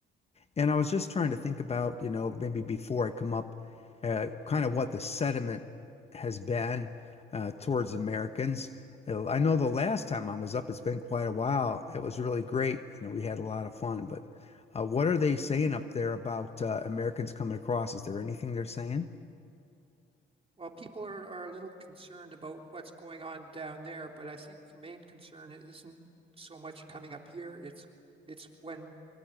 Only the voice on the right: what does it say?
Well, people are, are a little concerned about what's going on down there, but I think the main concern isn't so much coming up here. It's it's when